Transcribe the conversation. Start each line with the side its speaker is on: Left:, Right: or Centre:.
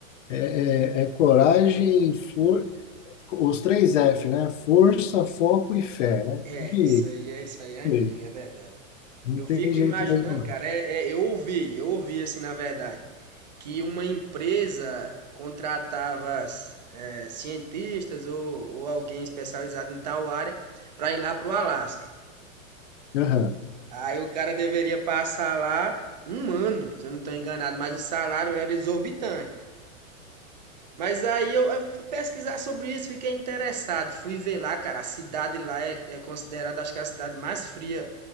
Left: É, é é coragem, for... os três F, né? Força, foco e fé, né?
Right: É,
Left: Tem que
Right: isso aí, é isso aí, é antigo,
Left: ir.
Right: é verdade.
Left: Não
Right: Eu
Left: tem
Right: fico
Left: jeito
Right: imaginando,
Left: mesmo, não.
Right: cara, é, é, eu ouvi, eu ouvi assim, na verdade. que uma empresa contratava eh, cientistas ou, ou alguém especializado em tal área para ir lá para o Alasca.
Left: Aham.
Right: Aí o cara deveria passar lá um ano, se eu não estou enganado, mas o salário era exorbitante. Mas aí eu, eu fui pesquisar sobre isso, fiquei interessado, fui ver lá, cara, a cidade lá é, é considerada, acho que é a cidade mais fria